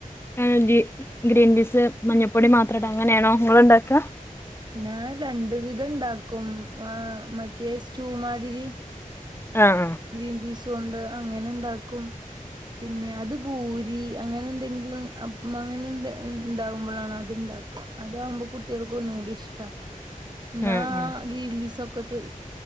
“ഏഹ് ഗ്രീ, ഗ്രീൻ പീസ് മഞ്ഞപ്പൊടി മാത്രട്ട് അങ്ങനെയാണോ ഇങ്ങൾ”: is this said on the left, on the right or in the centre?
Left